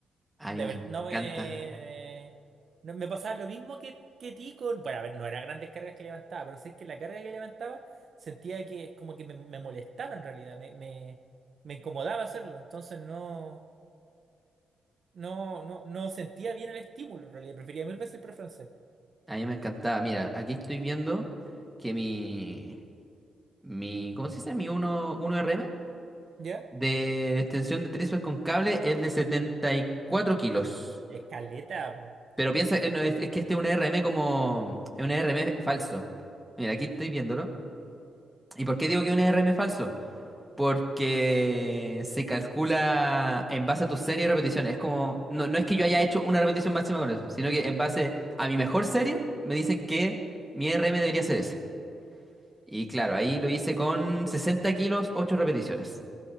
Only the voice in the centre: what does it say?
A
mí me
encanta.
A mí me encantaba. Mira, aquí estoy viendo que mi, mi, ¿cómo se dice? Mi uno 1RM
de la extensión de tríceps con cable es de 74 kilos.
Pero piensa, eh, no, es, es que este es un RM como, es un RM falso. Mira, aquí estoy viéndolo. ¿Y por qué digo que es un RM falso? Porque se calcula en base a tu serie de repeticiones. Es como, no, no es que yo haya hecho una repetición máxima con eso, sino que en base a mi mejor serie me dicen que mi RM debería ser ese. Y claro, ahí lo hice con 60 kilos, 8 repeticiones,